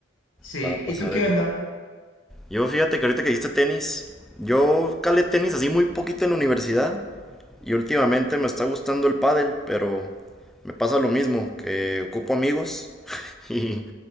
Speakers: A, on the left; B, in the centre.
A: Sí,
B: para pasar
A: ¿y tú qué
B: el.
A: onda?
B: Yo fíjate que ahorita que dijiste tenis, yo calé tenis así muy poquito en la universidad y últimamente me está gustando el pádel, pero me pasa lo mismo, que ocupo amigos <laughs> y,